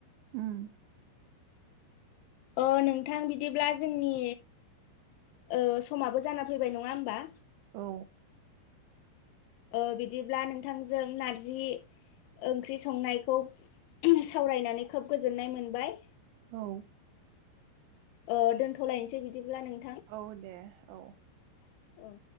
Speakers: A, on the right; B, on the left.
A: उम
B: अ नोंथां बिदिब्ला जोंनि ओ समाबो जाना फैबाय नङा होमबा?
A: औ।
B: ओ बिदिब्ला नोंथांजों नारजि ओंख्रि संनायखौ सावरायनानै खोब गोजोननाय मोनबाय।
A: औ।
B: ओ दोनथ'लायनोसै बिदिब्ला नोंथ
A: औ दे औ
B: औ।